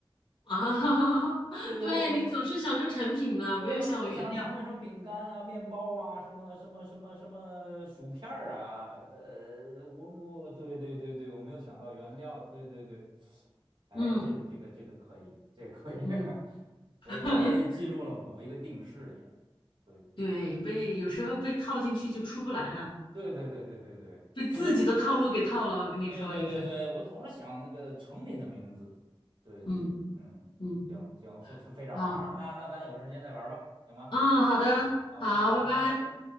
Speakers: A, on the left; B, on the right.
A: 啊，<laughs>
B: 对对，
A: 对你总是想着成品呢，
B: 我总对，
A: 没有想原料。
B: 我总是想着成为什么饼干啊、面包啊、什么什么什么什么薯片儿啊，呃，我我对对对对，我没有想到原料，对对对，哎，
A: 嗯
B: 这个这个这个可以，这个可以，
A: 嗯，
B: <laughs>
A: <laughs>
B: 我我也进入了某一个定式里了，对，
A: 对，被有时候被套进去就出不来了，
B: 嗯对对对对对对，
A: 被自己的套路给套了。
B: 除非
A: 我跟你说，
B: 对对对对，
A: 有时候。
B: 我总是想那个成品的名字，对对对，
A: 嗯
B: 嗯，
A: 嗯，
B: 行行，非非非常好玩儿，
A: 好，
B: 那那咱有时间再玩儿吧，行吗？
A: 嗯，好的，
B: 嗯，啊，好，
A: 好，
B: 拜拜。
A: 拜拜。